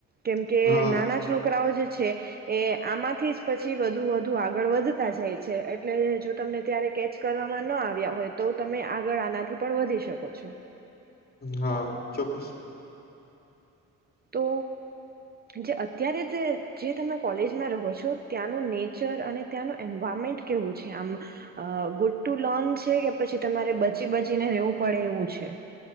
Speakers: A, on the right (about 30°); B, on the left (about 30°).
A: કેમ
B: ગયું
A: કે
B: હા
A: નાના છોકરાઓ જે છે છે એ આમાંથી જ પછી વધુ વધુ આગળ વધતા જાય છે એટલે જો તમને ત્યારે કેચ કરવામાં ન આવ્યા હોય તો તમે આગળ આનાથી પણ વધી શકો છો.
B: હા ચોક્કસ.
A: તો જે અત્યારે જે તમે કોલેજ રહો છો ત્યાંનું નેચર અને ત્યાંનું એન્વાયરમેન્ટ કેવું છે આમ ગુડ ટુ લર્ન છે કે પછી તમારે બચી બચીને રહેેવું પડે એવું છે.